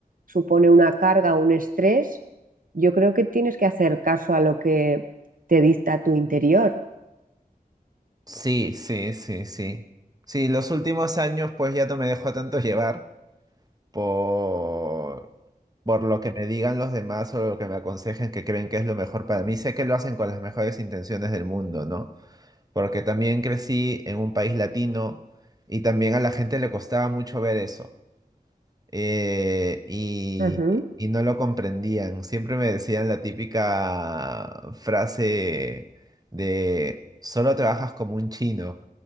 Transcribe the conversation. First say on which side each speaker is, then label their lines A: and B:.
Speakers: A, on the right; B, on the right.
A: supone una carga o un estrés, yo creo que tienes que hacer caso a lo que te dicta tu interior.
B: Sí, sí, sí, sí. Sí, los últimos años pues ya no me dejo tanto llevar por, por lo que me digan los demás o lo que me aconsejen que creen que es lo mejor para mí. Sé que lo hacen con las mejores intenciones del mundo, ¿no? porque también crecí en un país latino y también a la gente le costaba mucho ver eso. eh, y,
A: Ujú.
B: y no lo comprendían. Siempre me decían la típica frase de solo trabajas como un chino.